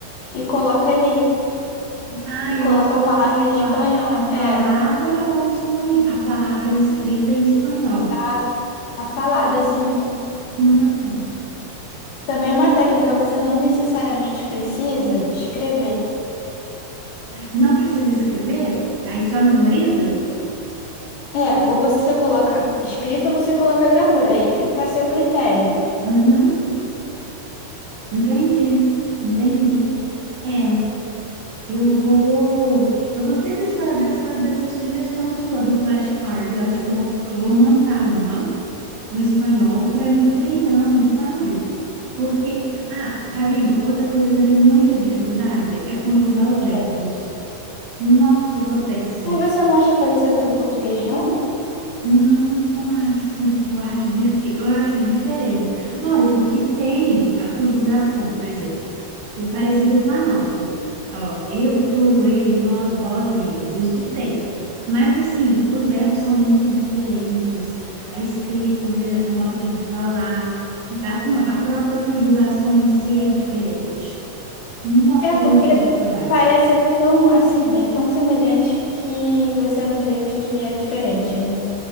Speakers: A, on the left; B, on the right.
A: e coloca ali.
B: Ah,
A: E
B: eu
A: coloca
B: associo
A: a palavra em espanhol.
B: a, a
A: É,
B: palavra ao espan... a palavra escrita em espanhol.
A: a, a falada, assim.
B: Hum,
A: Também é uma técnica, você não necessariamente precisa escrever.
B: não precisa escrever? Aí só memoriza?
A: É, ou você coloca escrito ou você coloca gravura, aí fica a seu critério.
B: Uhum, entendi, entendi. É, eu vou. Eu gostei dessa, dessa, dessa sugestão sua do flashcard. Eu acho que eu vou, eu vou montar uma no espanhol para me treinando, sabe? Porque, ah, Ravine, outra coisa que eu tenho muita dificuldade é conjugar
A: Ok.
B: os verbos. Nossa, eu sou péssima.
A: Mas você não acha parecido com português, não?
B: Não, não acho. Eu acho difi... eu acho diferente. Lógico que tem a conjugação, por exemplo, e o parecido com a nossa. Ó, eu, tu, ele, nós, vós, eles. Isso tem. Mas assim, os verbos são muito diferentes. A escrita, o, me- o modo de falar, a, co- a própria conjugação em si é diferente. Nossa,
A: É,
B: eu tenho
A: porque
B: muita dificuldade.
A: parece tão assim, é tão semelhante que você não vê que é diferente, né?